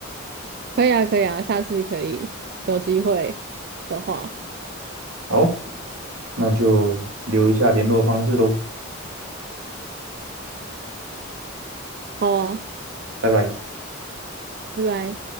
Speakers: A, on the right (about 50°); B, on the right (about 85°).
A: 可以啊，可以啊，下次可以有机会的话，
B: 好，那就留一下联络方式喽，
A: 好啊，
B: 拜拜。
A: 拜拜。